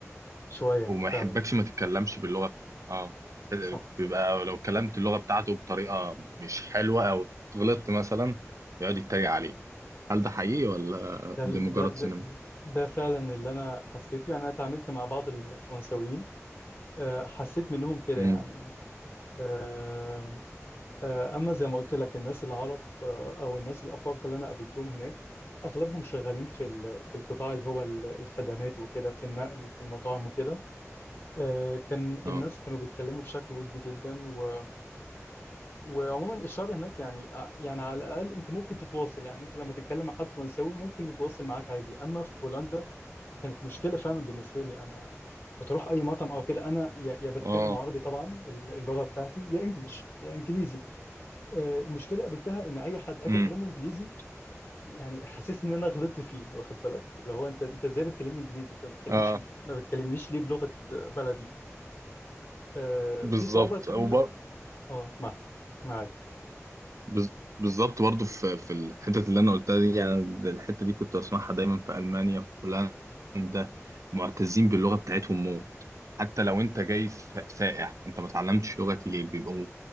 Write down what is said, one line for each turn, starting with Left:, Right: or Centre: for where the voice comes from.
Left: شوية
Right: وما
Left: فعلا
Right: يحبكش ما تتكلمش باللغه اه
Left: صح صح
Right: بيبقى لو كلمت اللغه بتاعته بطريقه مش حلوه او غلطت مثلا يقعد يتريق عليه هل ده حقيقي ولا
Left: ده
Right: ده
Left: ده
Right: مجرد
Left: ده
Right: سينما
Left: ده فعلا اللي انا حسيته يعني انا اتعاملت مع بعض الفرنساويين آه، حسيت منهم كده
Right: امم
Left: يعني آه، آه، اما زي ما قلت لك الناس العرب آه، او الناس الافارقه اللي انا قابلتهم هناك اغلبهم شغالين في ال- في القطاع اللي هو ال- الخدمات وكده في النقل وفي المطاعم وكده آه، كان الناس
Right: اه
Left: كانوا بيتكلموا بشكل ودي جدا و... وعموما الشعب هناك يعني آه، يعني على الاقل انت ممكن تتواصل يعني انت لما تتكلم مع حد فرنساوي ممكن يتواصل معاك عادي اما في بولندا كانت مشكله فعلا بالنسبه لي انا كنت اروح اي مطعم او كده انا يا يا بتكلم
Right: اه
Left: عربي طبعا اللغه بتاعتي يا انجليش يا انجليزي آه، المشكله قابلتها ان اي حد اجي
Right: امم
Left: اكلمه انجليزي يعني حاسسني ان انا غلطت فيه واخد بالك اللي هو انت انت ازاي بتكلمني انجليزي انت ما بتكلمش
Right: اه
Left: ما بتكلمنيش ليه بلغه بلدي آه،
Right: بالظبط
Left: في صعوبه تانية
Right: وب...
Left: اه معك معاك
Right: بز... بالظبط برضه في في الحتت اللي انا قلتها دي يعني ده- الحته دي كنت بسمعها دايما في المانيا في هولندا معتزين باللغه بتاعتهم موت حتى لو انت جاي س- سائح انت ما اتعلمتش لغتي ليه بيبقوا